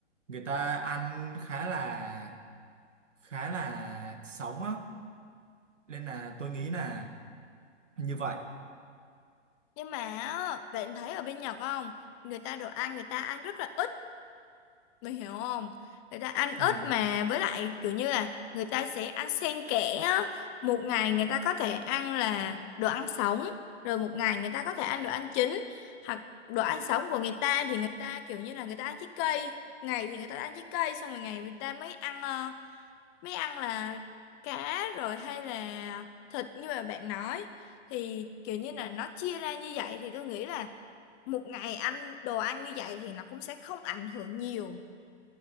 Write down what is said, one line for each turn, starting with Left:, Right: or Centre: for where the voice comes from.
Right: người ta ăn khá là khá là sống á nên là tôi nghĩ là như vậy
Left: Nhưng mà á, bạn thấy ở bên Nhật không? Người ta đồ ăn người ta ăn rất là ít, mày hiểu không? Người ta ăn
Right: ừ.
Left: ít mà với lại kiểu như là người ta sẽ ăn xen kẽ á. Một ngày người ta có thể ăn là đồ ăn sống, rồi một ngày người ta có thể ăn đồ ăn chín. Hoặc đồ ăn sống của người ta thì người ta kiểu như là người ta ăn trái cây, ngày thì người ta ăn trái cây xong rồi ngày người ta mới ăn ờ, mới ăn là cá rồi hay là thịt như mà bạn nói thì kiểu như là nó chia ra như vậy thì tôi nghĩ là một ngày ăn đồ ăn như vậy thì nó cũng sẽ không ảnh hưởng nhiều